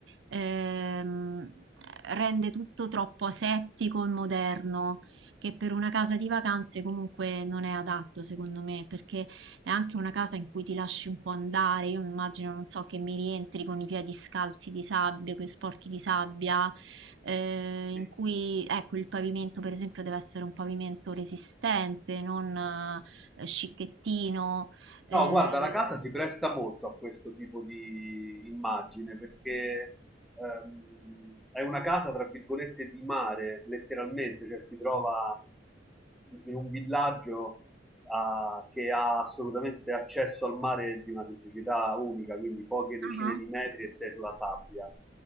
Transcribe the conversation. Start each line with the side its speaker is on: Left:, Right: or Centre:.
Right: ehm, rende tutto troppo asettico e moderno che per una casa di vacanze comunque non è adatto, secondo me, perché è anche una casa in cui ti lasci un po' andare. Io mi immagino, non so, che mi rientri con i piedi scalzi di sabbia, con sporchi di sabbia, eh, in
Centre: sì.
Right: cui, ecco, il pavimento, per esempio, deve essere un pavimento resistente, non eh, scicchettino. eh.
Centre: No, guarda, la casa si presta molto a questo tipo di immagine perché ehm, è una casa, tra virgolette, di mare, letteralmente, cioè si trova in un villaggio ha- che ha assolutamente accesso al mare di una semplicità unica, quindi poche decine
Right: Ah,
Centre: di metri e sei sulla sabbia.